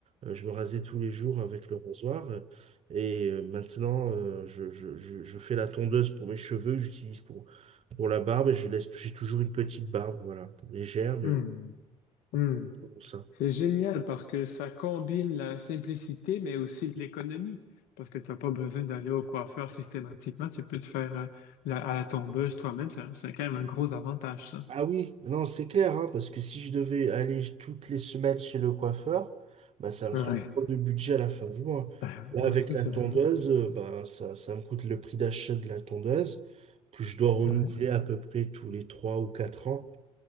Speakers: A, on the right; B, on the left.
A: euh, je me rasais tous les jours avec le rasoir. euh, Et euh, maintenant, euh, je, je- je- je fais la tondeuse pour mes cheveux que j'utilise pour, pour la barbe, je laisse, j'ai toujours une petite barbe, voilà, légère, mais
B: Hmm. Hmm.
A: bon, ça.
B: C'est génial parce que ça combine la simplicité, mais aussi l'économie. Parce que tu n'as pas besoin d'aller au coiffeur systématiquement. Tu peux te faire euh, la- à la tondeuse toi-même. C'est un- c'est quand même un gros avantage, ça.
A: Ah oui, non, c'est clair, hein, parce que si je devais aller toutes les semaines chez le coiffeur, bah, ça me
B: Ouais.
A: ferait trop de budget à la fin du mois.
B: Ah,
A: Là, avec
B: ça,
A: la
B: c'est
A: tondeuse,
B: vraiment.
A: euh, bah, ça, ça me coûte le prix d'achat de la tondeuse, que je dois renouveler
B: ouais.
A: à peu près tous les 3 ou quatre ans.